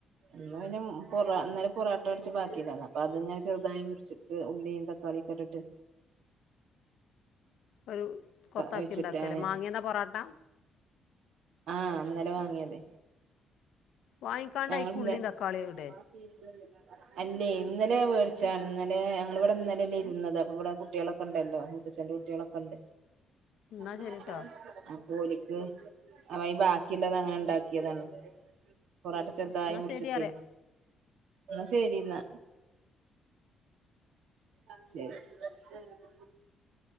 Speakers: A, on the right; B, on the left.
A: ന്ന പിന്നേം പൊറ അന്നേം പൊറോട്ട അടിച്ച് ബാക്കിന്ന് അപ്പൊ അത് ഞാൻ ചെറുതായി മുറിച്ചു ഉള്ളിം തക്കാളിയകെട്ടിട്ട്
B: ഒരു കൊത്താക്കിണ്ടാക്കുകല്ലേ
A: ഒഴിച്ചിട്ട് അങ്ങനെ
B: മാങ്ങിയന്ന പൊറാട്ട
A: ആഹ് ന്നലെ വാങ്ങിയത്
B: വാങ്ങിക്കാണ്ട്
A: ഞങ്ങന്ന്
B: അയ്ക്ക് ഉള്ളിയും തക്കാളിയും ഇടേ
A: <inaudible> അല്ലേ ഇന്നലെ വേടിച്ചാണ് ന്നലെ ഞങ്ങവിടെന്നലെയല്ലേ ഇരുന്നത് അപ്പ വിടെ കുട്ടികളൊക്കെ ഉണ്ടല്ലോ തച്ചഛന്റെ കുട്ടികളൊക്ണ്ട്
B: എന്നാൽ
A: <inaudible>
B: ശരിട്ടോ
A: ഓല്ക്ക് അവ ഈ ബാക്കിള്ളതങ്ങനെ ണ്ടാക്കിയതാണ് പൊറാട്ട ചെറുതായി
B: എന്നാൽ
A: മുറിച്ചട്ടേ
B: ശരി പറയാം
A: ന്നാ ശരിന്നാ ആഹ് ശരി ആഹ്